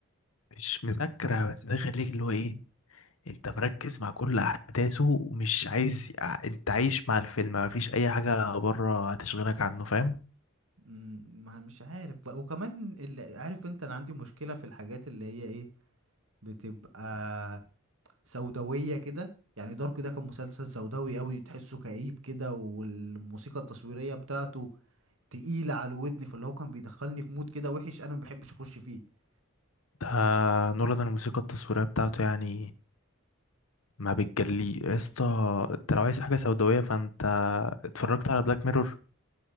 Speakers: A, on the left; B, on the right.
A: مش مذاكره بس ده يخليك اللي هو ايه انت مركز مع كل احداثه ومش عايز ع- انت عايش مع الفيلم مفيش اي حاجه بره هتشغلك عنه فاهم
B: أمم، ما مش عارف بقى وكمان اللي عارف انت انا عندي مشكلة في الحاجات اللي هي ايه بتبقى سوداوية كده يعني دارك ده كان مسلسل سوداوي قوي تحسه كئيب كده والموسيقى التصويرية بتاعته تقيلة على الودن فاللي هو كان بيدخلني في مود كده وحش انا ما بحبش اخش فيه
A: ده نولان الموسيقى التصويريه بتاعته يعني ما بتجلي يا اسطى انت لو عايز حاجه سوداويه فانت اتفرجت على بلاك ميرور